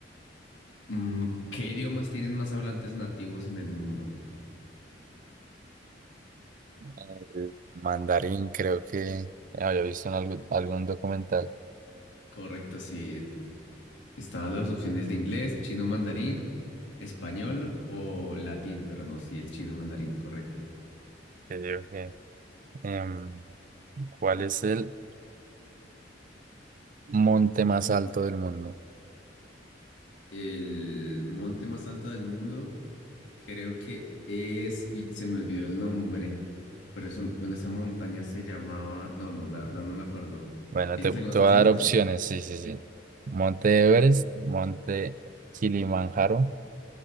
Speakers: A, on the left (about 85°); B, on the right (about 45°).
A: Mm, ¿Qué idiomas tienen más hablantes nativos en el mundo?
B: El mandarín, creo que había visto en algún, algún documental.
A: Correcto, sí. pues, estaban las opciones de inglés, chino mandarín, español o latín, pero no, sí, el chino mandarín, correcto.
B: que digo que Em, ¿cuál es el monte más alto del mundo?
A: El monte más alto del mundo, creo que es, uy, se me olvidó el nombre, pero eso, bueno, esa montaña se llamaba, no, no, la verdad no me acuerdo.
B: Bueno,
A: ¿Tienes
B: te, te
A: algunas
B: voy
A: opciones?
B: a dar opciones, sí, sí, sí. Monte Everest, Monte Kilimanjaro,